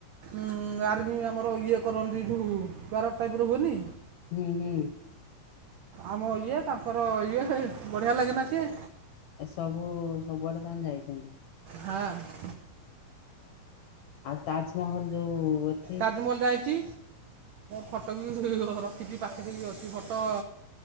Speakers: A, on the right (about 75°); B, on the left (about 75°).
A: ଉଁ ଆର୍ମି ଆମର ଇଏ କରନ୍ତି ଯୋଉ ପ୍ୟାରଟ ଟାଇପ୍ ର ହୁଏନି?
B: ହୁଁ ହୁଁ।
A: ଆମ ଇଏ ତାଙ୍କର ଇଏ ବଢିଆ ଲାଗେନା ସିଏ।
B: ଏ ସବୁ ସବୁଆଡେ ତାନେ ଯାଇଛନ୍ତି।
A: ହାଁ।
B: ଆଉ ତାଜ୍ ମହଲ ଯଉଏଠି?
A: ତାଜମହଲ ଯାାଇଛି ଫଟୋ ବି ହି ହି ରଖିଛି ପାଖରେ ବି ଅଛି ଫଟ